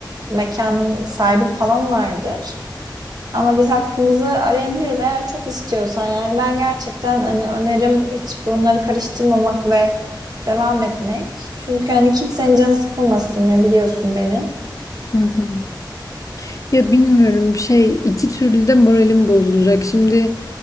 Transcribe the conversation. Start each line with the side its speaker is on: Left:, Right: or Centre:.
Right: mekanın sahibi falanlardır. Ama biz hakkımızı arayabiliriz eğer çok istiyorsan. Yani ben gerçekten hani önerim hiç bunları karıştırmamak ve devam etmek. Çünkü hani kimsenin canı sıkılmasın ya biliyorsun beni.
Left: hı hı. Ya bilmiyorum şey iki türlü de moralim bozulacak. Şimdi